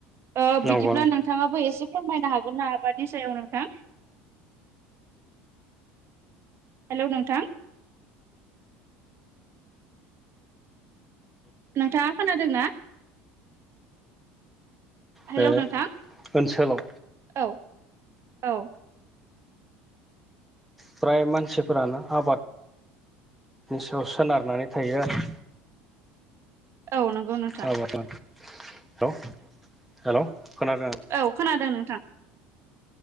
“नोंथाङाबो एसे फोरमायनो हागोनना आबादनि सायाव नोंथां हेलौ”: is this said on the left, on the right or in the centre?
Right